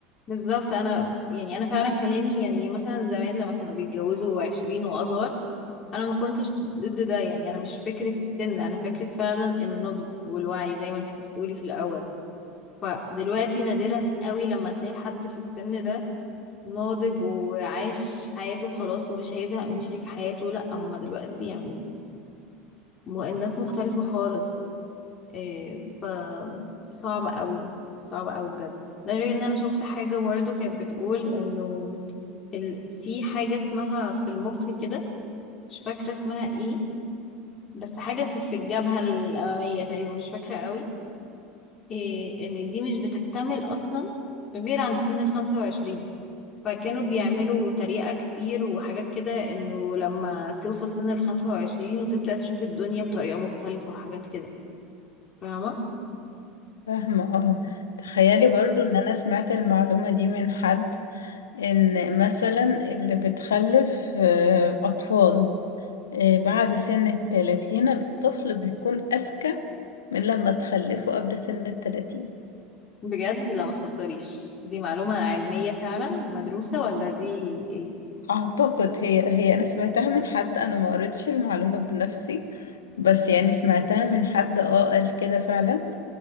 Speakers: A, on the left; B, on the left.
A: بالظبط انا يعني انا فعلا كلامي يعني مثلا زمان لما كانوا بيتجوزوا عشرين واصغر انا ما كنتش ضد ده يعني انا مش فكرة السن انا فكرة فعلا النضج والوعي زي ما انت كنت بتقولي في الاول فدلوقتي نادرا قوي لما تلاقي حد في السن ده ناضج وعاش حياته خلاص ومش هيزهق من شريك حياته لا هما دلوقتي يعني م- الناس مختلفة خالص إيه ف صعب قوي صعب قوي بجد ده غير ان انا شفت حاجة برضه كانت بتقول انه ال... في حاجة اسمها في المخ كده مش فاكرة اسمها ايه بس حاجة في, في الجبهة الأمامية تقريبا مش فاكرة قوي إيه ان دي مش بتكتمل اصلا غير عند سن الخمسة وعشرين فكانوا بيعملوا تريقة كتير وحاجات كده انه لما توصل سن الخمسة وعشرين وتبدأ تشوف الدنيا بطريقة مختلفة وحاجات كده فاهمة؟
B: فاهمة اه تخيلي برضو ان انا سمعت المعلومة دي من حد ان مثلا اللي بتخلف آه، اطفال آه، بعد سن التلاتين الطفل بيكون اذكى من لما تخلفه قبل سن التلاتين
A: بجد لا ما تهزريش دي معلومة علمية فعلا مدروسة ولا دي ايه؟
B: اعتقد هي هي انا سمعتها من حد انا ما قريتش المعلومة بنفسي بس يعني سمعتها من حد اه قال كده فعلا